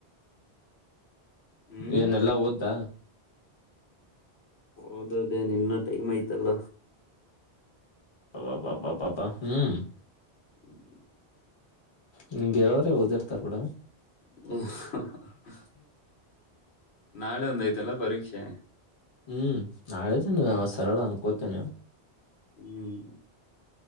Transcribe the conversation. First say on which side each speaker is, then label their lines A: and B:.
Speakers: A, on the left; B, on the left.
A: ಹ್ಮ್
B: ಏನೆಲ್ಲಾ ಓದ್ದಾ
A: ಓದೋದು ಏನು ಇನ್ನೂ ಟೈಮ್ ಆಯ್ತಲ್ಲ
B: ಅಬ್ಬಬ್ಬಾ ಹ್ಮ್
A: ಹ್ <inaudible>
B: ಹಿಂಗೆ ಹೇಳೋರೆ ಓದಿರ್ತಾರ ಬಿಡು
A: ಹ ನಾಳೆ ಒಂದು ಆಯ್ತಲ್ಲ ಪರೀಕ್ಷೆ
B: ಹ್ಮ್ ನಾಳೆದನೆ ಸರಳ ಅನ್ಕೋತೇನೆ
A: ಹ್ಮ್